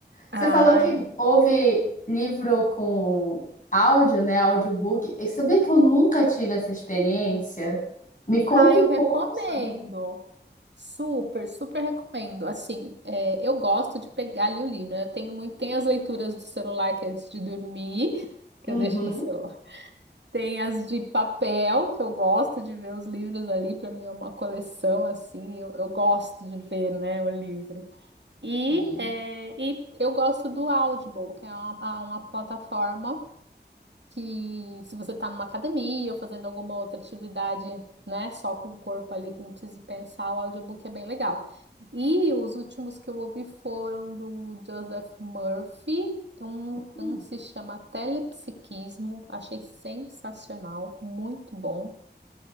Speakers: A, on the left; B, on the right.
A: Você
B: Ai,
A: falou que houve livro com áudio, né? Audiobook. E sabia que eu nunca tive essa experiência? Me conta
B: ai
A: um
B: eu recomendo.
A: pouco sobre.
B: Super, super recomendo. Assim, é, eu gosto de pegar ali o livro, né? Eu tenho muito, tem as leituras do celular que é antes de dormir, <laughs> que
A: Uhum,
B: eu deixo no celular. Tem as de papel, que eu gosto de ver os livros ali, para mim é uma coleção assim, eu, eu gosto de ver, né, o livro. E,
A: sim.
B: é, e eu gosto do Audible, que é uma, uma plataforma que, se você está numa academia ou fazendo alguma outra atividade, né, só com o corpo ali, que não precise pensar, o audiobook é bem legal. E os últimos que eu ouvi foram do Joseph Murphy, um,
A: Hum,
B: um se chama Telepsiquismo, achei sensacional, muito bom